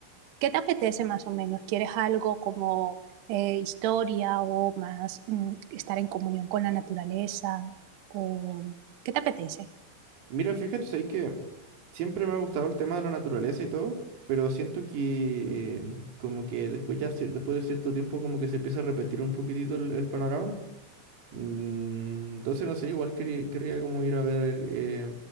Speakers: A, on the right (about 65°); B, on the right (about 85°).
A: qué te apetece más o menos? ¿Quieres algo como eh, historia o más mm, estar en comunión con la naturaleza? ¿O qué te apetece?
B: Mira, fíjate, sabes que siempre me ha gustado el tema de la naturaleza y todo, pero siento que eh, como que después ya cier- después de cierto tiempo como que se empieza a repetir un poquitito el, el panorama. Mm, Entonces no sé, igual quería, querría como ir a ver eh,